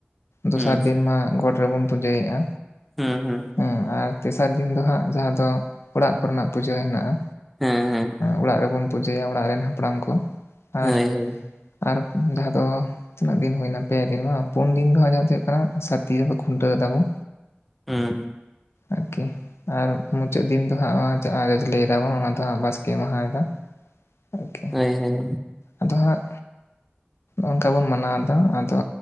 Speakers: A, on the left (about 85°); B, in the centre.
A: ᱫᱚᱥᱟᱨ
B: ᱦᱩᱸ
A: ᱫᱤᱱ ᱢᱟ ᱜᱚᱴ ᱨᱮᱵᱚᱱ ᱯᱩᱡᱟᱹᱭᱮᱫ-ᱟ᱾
B: ᱦᱩᱸ ᱦᱩᱸ᱾
A: ᱦᱮᱸ ᱟᱨ ᱛᱮᱥᱟᱨ ᱫᱤᱱ ᱫᱚ ᱦᱟᱸᱜ ᱡᱟᱦᱟᱸ ᱫᱚ ᱚᱲᱟᱜ ᱠᱚᱨᱮᱱᱟᱜ ᱯᱩᱡᱟᱹ ᱦᱮᱱᱟᱜ-ᱟ᱾
B: ᱦᱮᱸ ᱦᱮᱸ᱾
A: ᱚᱲᱟᱜ ᱨᱮᱵᱚᱱ ᱯᱩᱡᱟᱹᱭᱟ ᱚᱲᱟᱜ ᱨᱮᱱ ᱦᱟᱯᱲᱟᱢ ᱠᱚ
B: ᱦᱳᱭ
A: ᱟᱨ
B: ᱦᱳᱭ
A: ᱟᱨ ᱡᱟᱦᱟᱸ ᱫᱚ ᱛᱤᱱᱟᱹᱜ ᱫᱤᱱ ᱦᱩᱭᱱᱟ ᱯᱮ ᱫᱤᱱ ᱵᱟᱝ ᱯᱩᱱ ᱫᱤᱱ ᱫᱚ ᱫᱚ ᱦᱩᱭᱩᱜ ᱠᱟᱱᱟ ᱥᱟᱨᱫᱤ ᱠᱷᱩᱱᱴᱟᱹᱣ ᱫᱟᱵᱚᱱ᱾
B: ᱦᱮᱸ‍᱾
A: ᱟᱨᱠᱤ ᱟᱨ ᱢᱩᱪᱟᱹᱫ ᱫᱤᱱ ᱫᱚ ᱦᱟᱸᱜ ᱡᱟᱞᱮ ᱫᱟᱵᱚᱱ ᱚᱱᱟ ᱫᱚ ᱵᱟᱥᱠᱮ ᱢᱟᱦᱟᱭ ᱫᱟ᱾ ᱳᱠᱮ᱾
B: ᱦᱳᱭ ᱦᱳᱭ᱾
A: ᱟᱫᱚ ᱦᱟᱸᱜ᱾ ᱱᱚᱜᱝᱠᱟ ᱵᱚᱱ ᱢᱟᱱᱟᱣ ᱮᱫᱟ ᱟᱫᱚ